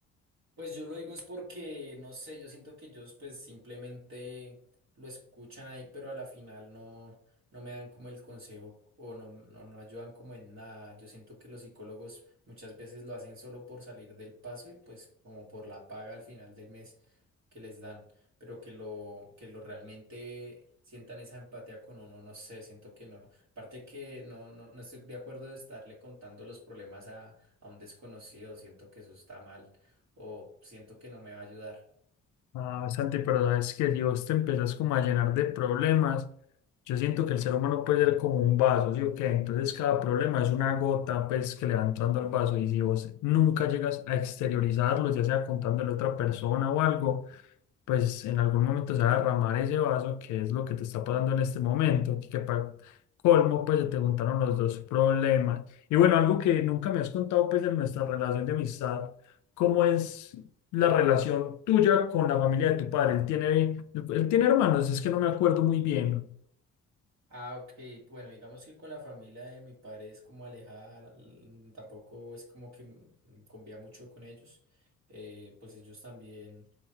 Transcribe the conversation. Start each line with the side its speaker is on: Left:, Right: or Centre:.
Right: Pues yo lo digo es porque, no sé, yo siento que ellos pues simplemente lo escuchan ahí, pero a la final no, no me dan como el consejo o no, no, no ayudan como en nada. Yo siento que los psicólogos muchas veces lo hacen solo por salir del paso y pues como por la paga al final del mes que les dan, pero que lo, que lo realmente sientan esa empatía con uno, no sé, siento que no. Aparte que no, no, no estoy de acuerdo de estarle contando los problemas a, a un desconocido, siento que eso está mal o siento que no me va a ayudar.
Left: Ah, Santi, pero sabes que si vos te empiezas como a llenar de problemas, yo siento que el ser humano puede ser como un vaso, ¿sí o qué? Entonces cada problema es una gota pues que le va entrando al vaso y si vos nunca llegas a exteriorizarlo, ya sea contándole a otra persona o algo, pues en algún momento se va a derramar ese vaso, que es lo que te está pasando en este momento, que, que para colmo, pues se te juntaron los dos problemas. Y bueno, algo que nunca me has contado, pues en nuestra relación de amistad, ¿cómo es la relación tuya con la familia de tu padre? Él tiene, él tiene hermanos, es que no me acuerdo muy bien.
Right: Ah, ok. Bueno, digamos que con la familia de mi padre es como alejada, l- tampoco es como que mm, convía mucho con ellos. Eh, pues ellos también